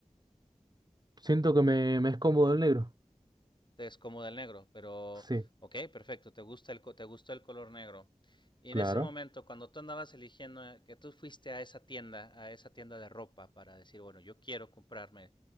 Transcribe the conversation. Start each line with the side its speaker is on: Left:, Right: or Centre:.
Right: Siento que me, me es cómodo el negro.
Left: es como el negro, pero
Right: Sí,
Left: ok, perfecto, te gusta el, co- te gustó el color negro. Y
Right: claro.
Left: en ese momento, cuando tú andabas eligiendo, eh, que tú fuiste a esa tienda, a esa tienda de ropa para decir, bueno, yo quiero comprarme